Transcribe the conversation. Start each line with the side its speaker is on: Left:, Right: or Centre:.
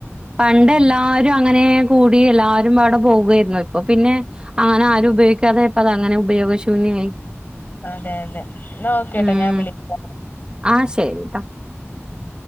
Right: പണ്ട്
Left: ഉം
Right: എല്ലാരും അങ്ങനെ കൂടി എല്ലാരും അവിടെ പോകായിരുന്നു ഇപ്പൊ പിന്നെ അങ്ങനെ ആരും ഉപയോഗിക്കാതെ ഇ അങ്ങനെ ഉപയോഗ ശൂന്യ യി
Left: അതെ അതെ നോക്കട്ടോ
Right: ഉം
Left: ഞാൻ വിളിക്ക
Right: ആ ശരി ട്ടോ
Left: ഉം